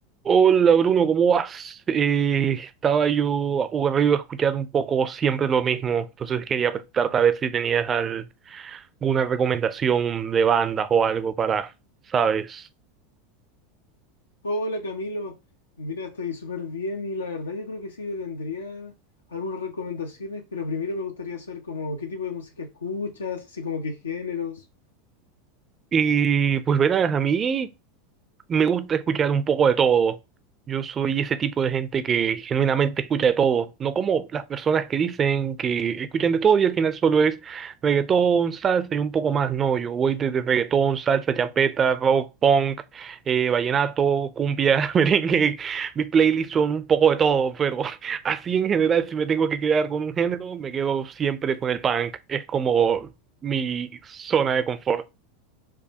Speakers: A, on the right; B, on the left.
A: Hola Bruno, ¿cómo vas? Eh, estaba yo aburrido de escuchar un poco siempre lo mismo, entonces quería preguntarte a ver si tenías al- alguna recomendación de bandas o algo para, ¿sabes?
B: Hola Camilo, mira, estoy súper bien y la verdad yo creo que sí te tendría algunas recomendaciones, pero primero me gustaría saber como qué tipo de música escuchas, así como qué géneros,
A: Y pues verás, a mí me gusta escuchar un poco de todo. Yo soy ese tipo de gente que genuinamente escucha de todo, no como las personas que dicen que escuchan de todo y al final solo es reggaetón, salsa y un poco más. No, yo voy desde reggaetón, salsa, champeta, rock, punk, eh, vallenato, cumbia, <laughs> merengue. Mis playlists son un poco de todo, pero <laughs> así en general, si me tengo que quedar con un género, me quedo siempre con el punk. Es como mi zona de confort.